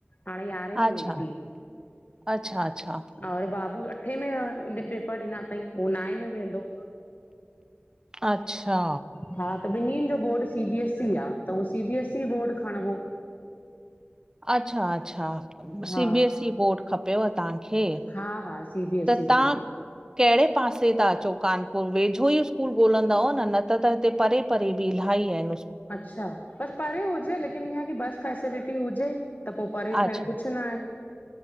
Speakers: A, on the left; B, on the right.
A: हाणे यारहें में
B: अच्छा
A: वेंदी।
B: अच्छा अच्छा
A: और बाबू अठे में पेपर ॾिना तई हूह नाए में वेंदो।
B: अच्छा।
A: हा त ॿिन्हिन जो board C B S E आ त उहो C B S E board खणबो।
B: अच्छा-अच्छा C
A: हा
B: B S E board खपेव ताहां खे,
A: हा हा सी बी एस
B: त
A: ई
B: तां
A: बोर्ड
B: कहिड़े पासे ता अचो कानपुर वेझो ई स्कूल ॻोल्हंदा न त त हिते परे परे बि इलाह ही इन
A: अच्छा, बस परे हुजे लेकिन ईअं की बस फैसिलिटी हुजे। त पो परे
B: अच्छा
A: ख़ैर कुझ न आहे।